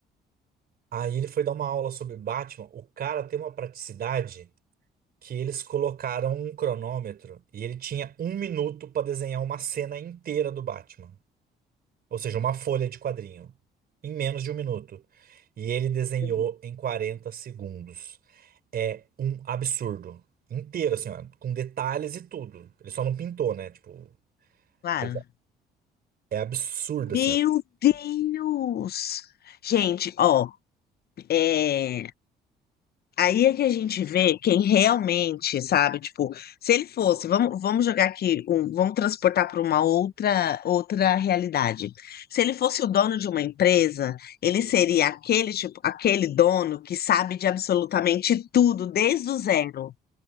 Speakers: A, on the right; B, on the left.
A: Aí ele foi dar uma aula sobre Batman. O cara tem uma praticidade que eles colocaram um cronômetro e ele tinha um minuto para desenhar uma cena inteira do Batman. Ou seja, uma folha de quadrinho. Em menos de um minuto. E ele desenhou
B: uhum,
A: em 40 segundos. É um absurdo. Inteiro, assim, ó, com detalhes e tudo. Ele só não pintou, né? Tipo,
B: claro.
A: fez- é absurdo,
B: Meu
A: assim, ó.
B: Deus! Gente, ó, é... aí é que a gente vê quem realmente, sabe? Tipo, se ele fosse, vamos, vamos jogar aqui, um- vamos transportar para uma outra, outra realidade. Se ele fosse o dono de uma empresa, ele seria aquele tipo, aquele dono que sabe de absolutamente tudo desde o zero.